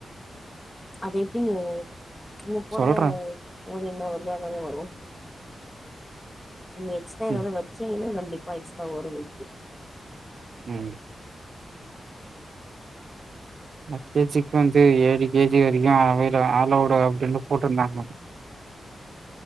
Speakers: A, on the left; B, on the right.
A: அத எப்டி நீ நீங்க போடுற
B: சொல்றே
A: என்ன வருத அதாலாம் வரும் எக்ஸ்ட
B: ம்
A: வச்சுன்னா கண்டிப்பா ஒரு வைத்து
B: ம் கேஜிக்கு வந்து ஏழு கேஜி வரைக்கும் அவல ஆலோடு அப்டின்னு போட்டிருந்தாங்க